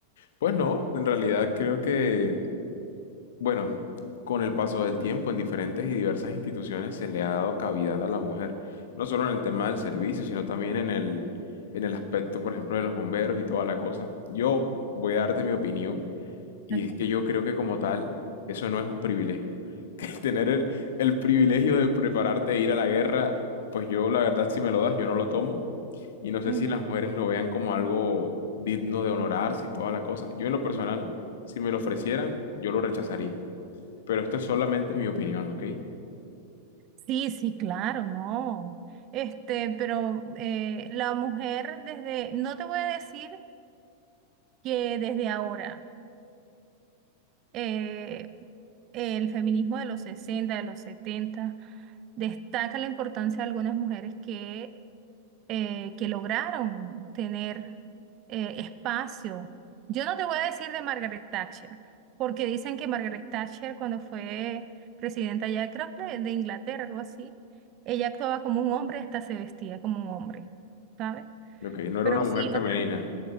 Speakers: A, on the left; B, on the right.
A: Pues no, en realidad creo que Bueno, con el paso del tiempo en diferentes y diversas instituciones se le ha dado cavidad a la mujer, no solo en el tema del servicio, sino también en el, en el aspecto, por ejemplo, de los bomberos y toda la cosa. Yo voy a darte mi opinión y
B: Ok.
A: es que yo creo que como tal eso no es un privilegio. <laughs> Que tener el, el privilegio de prepararte a ir a la guerra, pues yo la verdad si me lo das, yo no lo tomo. Y no sé
B: Ujú.
A: si las mujeres lo vean como algo digno de honorarse y toda la cosa. Yo en lo personal, si me lo ofrecieran, yo lo rechazaría. Pero esto es solamente mi opinión, ¿ok?
B: Sí, sí, claro, no. Este, pero eh, la mujer desde, no te voy a decir que desde ahora. eh, el feminismo de los 60, de los 70, destaca la importancia de algunas mujeres que, eh, que lograron tener eh, espacio. Yo no te voy a decir de Margaret Thatcher, porque dicen que Margaret Thatcher cuando fue presidenta ya, creo que de Inglaterra, algo así, ella actuaba como un hombre, hasta se vestía como un hombre, ¿sabes?
A: Ok, no era
B: Pero
A: una mujer
B: sí,
A: femenina.
B: otra